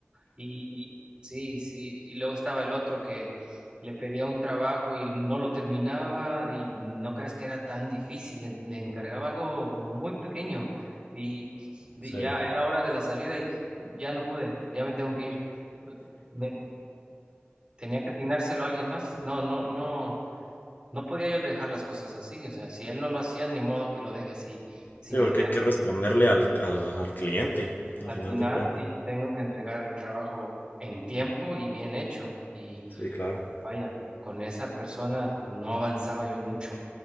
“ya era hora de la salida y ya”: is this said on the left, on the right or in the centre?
Right